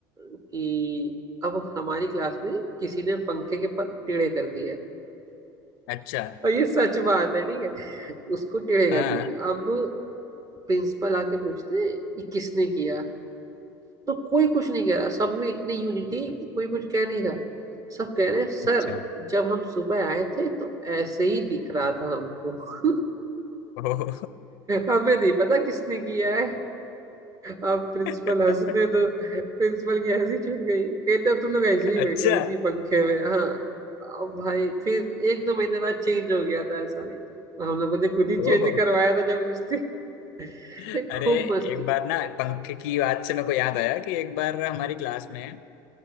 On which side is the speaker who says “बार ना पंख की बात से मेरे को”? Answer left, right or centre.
Left